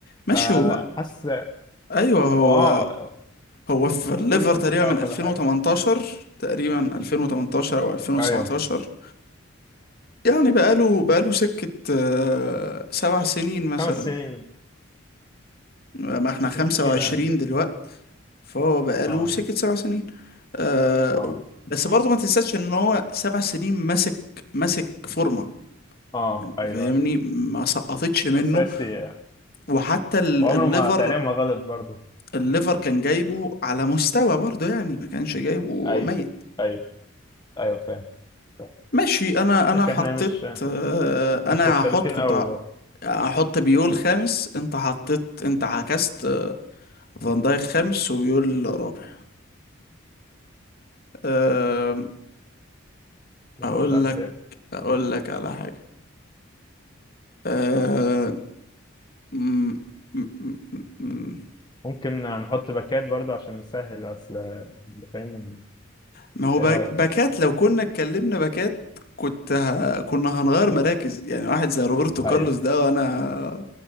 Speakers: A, on the left (about 50°); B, on the left (about 20°).
A: ماشي
B: فحاسس
A: هو ايوه هو
B: هو اه
A: هو في الليفر
B: اسطوري في الدفاع
A: تقريبا من
B: وكل
A: 2018
B: حاجه
A: تقريبا 2018 او 2019
B: ايوه
A: يعني بقاله بقاله سكه آه، سبع سنين مثلا
B: خمس سنين
A: ما
B: مش
A: احنا خمسة
B: مشكله
A: وعشرين
B: يعني
A: دلوقت فهو بقاله
B: اه
A: سكة سبع سنين آه
B: اه
A: بس برضه ما تنساش ان هو سبع سنين ماسك ماسك فورمة
B: اه
A: انت
B: ايوه
A: فاهمني
B: ايوه
A: ما سقطتش منه
B: اساسي يعني.
A: وحتى ال-
B: وعمره
A: الليفر
B: ما تقريبا ما غلط برضه
A: الليفر كان جايبه على مستوى برضه يعني ما كانش جايبه
B: ايوه
A: ميت
B: ايوه ايوه فاهم طب،
A: ماشي انا انا
B: ماشي
A: حطيت
B: احنا مش
A: آه انا
B: مش مختلفين
A: هحط كنت
B: قوي برضه
A: هحط بيول خامس انت حطيت انت عكست فان دايك خامس وبيول رابع آه،
B: نخش
A: اقول
B: على السادس
A: لك اقول لك على حاجه أه... م... م... م... م-
B: ممكن نحط باكات برضه عشان نسهل اصل اللي فاهم
A: ما هو
B: ايه
A: باك-
B: رايك
A: باكات لو كنا اتكلمنا باكات كنت ه... كنا هنغير مراكز يعني واحد زي روبرتو كارلوس
B: ايوه
A: ده وانا